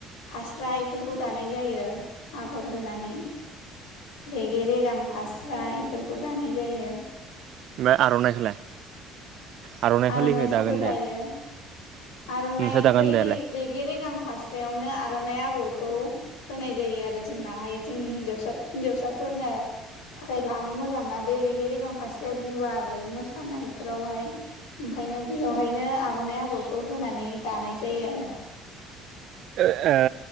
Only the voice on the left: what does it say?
फास्रा बेफोरखौ दानाय जायो आगर होनानै रेगे रेगां फास्रा बेफोरखौ दानाय जायो
आर'नाइखौबो
दायो
आर'नाइ
बैे
रे रे रेगे रेगां फास्रायावनो आर'नाइ आग'रखौ होनाय जायो आरो जोंनाहाय जोंनि हिन्जावसा हिन्जावसाफोरनो थाखाय लानो मोजांना बे रेगे रेगां फारसेया गुवारै मोसानायफोरावहाय ओंखायनो बेयावहायनो आर'नाइ आगरखौ होनानै दानाय जायो आरो